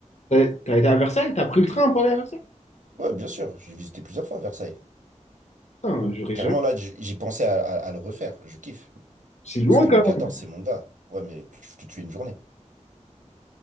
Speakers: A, on the left (about 60°); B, on the right (about 80°).
A: T'as t'as été à Versailles? T'as pris le train pour aller à Versailles?
B: Ouais, bien sûr. J'ai visité plusieurs fois Versailles.
A: Putain, j'aurais
B: Carrément,
A: jamais-
B: là, j- j'y pensais à, à- à le refaire. Je kiffe.
A: C'est loin
B: Parce que
A: quand
B: Louis XIV,
A: même.
B: c'est mon gars. Ouais, mais tu, tu tues une journée.